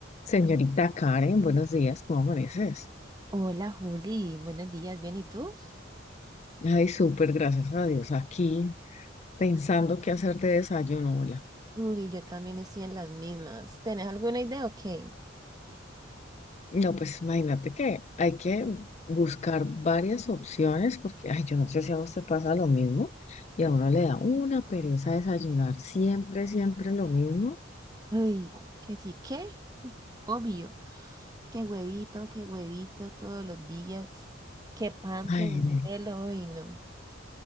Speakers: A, on the left; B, on the right.
A: Señorita Karen, buenos días, ¿cómo amaneces?
B: Hola Juli, buenos días, ¿bien y tú?
A: Ay, súper, gracias a Dios. Aquí pensando qué hacer de desayuno, hola.
B: Uy, yo también estoy en las mismas. ¿Tenés alguna idea o qué?
A: No, pues imagínate que hay que buscar varias opciones porque, ay, yo no sé si a usted pasa lo mismo y a uno le da una pereza desayunar siempre, siempre lo mismo.
B: Uy, que sí, ¿qué? Obvio, qué huevito, qué huevito todos los días, qué pan,
A: Ay,
B: qué buñuelo,
A: ve,
B: uy, no.